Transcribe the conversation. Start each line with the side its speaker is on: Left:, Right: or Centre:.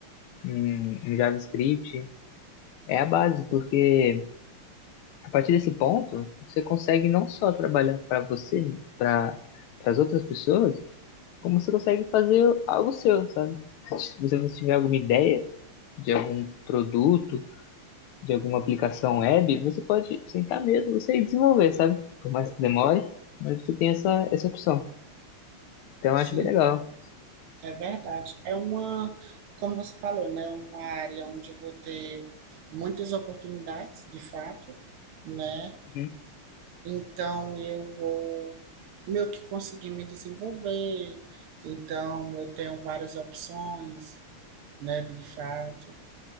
Left: um, um JavaScript, é a base, porque A partir desse ponto, você consegue não só trabalhar para você, para as outras pessoas, como você consegue fazer algo seu, sabe? Se você tiver alguma ideia de algum produto, de alguma aplicação web, você pode sentar mesmo, você e desenvolver, sabe? Por mais que demore, mas você tem essa, essa opção. Então, eu
Right: Sim,
Left: acho bem legal.
Right: é verdade. É uma, como você falou, né, uma área onde eu vou ter muitas oportunidades, de fato, né?
Left: Uhum.
Right: Então, eu vou meio que conseguir me desenvolver. Então, eu tenho várias opções, né, de fato.